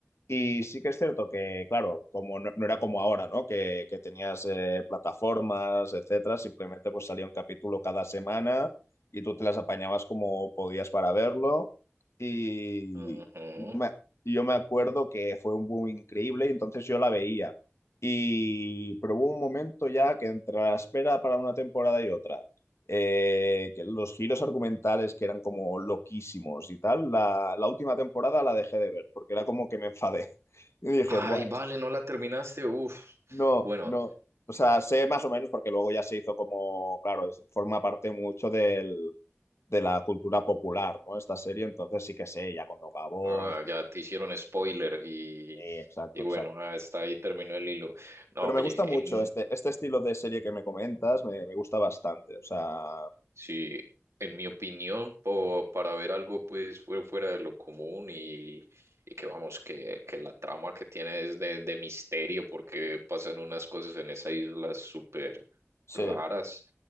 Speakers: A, on the left (about 75°); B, on the right (about 80°).
A: y sí que es cierto que, claro, como no, no era como ahora, ¿no? Que, que tenías eh, plataformas, etcétera, simplemente pues salía un capítulo cada semana y tú te las apañabas como podías para verlo y
B: Ujú.
A: yo me, y yo me acuerdo que fue un boom increíble y entonces yo la veía. Y, pero hubo un momento ya que entre la espera para una temporada y otra, eh, que los giros argumentales que eran como loquísimos y tal, la, la última temporada la dejé de ver porque era como que me enfadé. <laughs> Y dije,
B: Ay,
A: bueno,
B: vale, no la terminaste. Uf.
A: no,
B: Bueno,
A: no. O sea, sé más o menos porque luego ya se hizo como, claro, es- forma parte mucho del, de la cultura popular, ¿no? Esta serie, entonces sí que sé ya cuando acabó.
B: ah,
A: etcétera.
B: ya te hicieron spoiler y,
A: Sí, exacto,
B: y bueno,
A: exacto.
B: ah, está ahí terminó el hilo. No,
A: Pero
B: oye,
A: me gusta mucho
B: en,
A: este, este estilo de serie que me comentas, me, me gusta bastante. O sea,
B: Sí, en mi opinión, po- para ver algo pues fue fuera de lo común y, y que vamos, que, que la trama que tiene es de, de misterio porque pasan unas cosas en esa isla súper
A: sí.
B: raras,